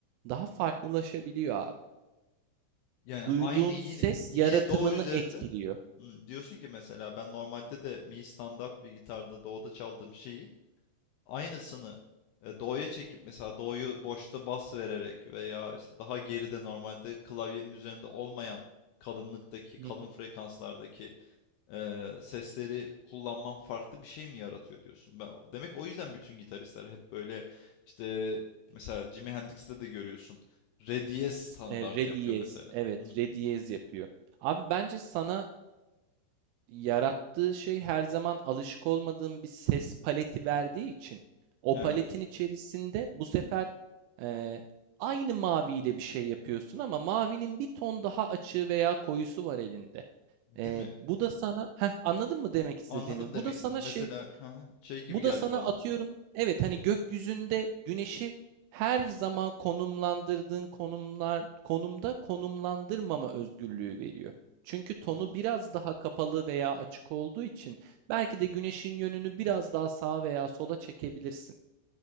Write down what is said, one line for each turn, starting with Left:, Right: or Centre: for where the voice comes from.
Right: daha farklılaşabiliyor abi.
Left: Yani
Right: Duyduğun
Left: aynı yine
Right: ses
Left: yine
Right: yaratımını
Left: do üzerinde
Right: etkiliyor.
Left: Hmm, diyorsun ki mesela ben normalde de mi standart bir gitarda do'da çaldığım şeyi aynısını e, do'ya çekip mesela do'yu boşta bas vererek veya işte daha geride normalde klavyenin üzerinde olmayan kalınlıktaki,
Right: <laughs>
Left: kalın
Right: Hı
Left: frekanslardaki e, sesleri kullanman farklı bir şey mi yaratıyor diyorsun? Ben, demek o yüzden bütün gitaristler hep böyle işte mesela Jimi Hendrix'te de görüyorsun. Re diyez standart
Right: E, re
Left: yapıyor
Right: diyez.
Left: mesela.
Right: Evet,
Left: Hı hı.
Right: re diyez yapıyor. Abi bence sana Yarattığı şey her zaman alışık olmadığın bir ses paleti verdiği için o
Left: Evet.
Right: paletin içerisinde bu sefer eee, aynı maviyle bir şey yapıyorsun ama mavinin bir ton daha açığı veya koyusu var elinde.
Left: Değil
Right: Eee,
Left: mi?
Right: bu da sana, heh, anladın mı demek istediğimi?
Left: Anladım demek
Right: Bu da sana
Left: istediğini. Mesela
Right: şey
Left: hı hı, şey gibi
Right: bu
Left: geldi
Right: da sana
Left: bana.
Right: atıyorum. Evet hani gökyüzünde güneşi her zaman konumlandırdığın konumlar konumda konumlandırmama özgürlüğü veriyor. Çünkü tonu
Left: Hmm,
Right: biraz daha kapalı veya açık olduğu için belki de güneşin yönünü biraz daha sağa veya sola çekebilirsin.